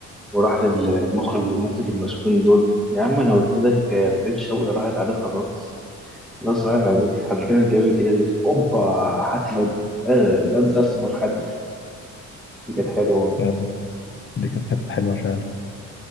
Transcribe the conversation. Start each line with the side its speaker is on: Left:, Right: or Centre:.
Centre: وراح للمخرج والمنتج المسؤولين دول يا عم انا قلت لك فريد شوقي راحت عليه خلاص خلاص راحت عليه حطينا لنا الجواب الجديدة دي اوبا هات الواد ده. آه، الواد ده اسمر حاتم دي كانت حلوه
Left: يعني دي كانت حتة حلوة فعلا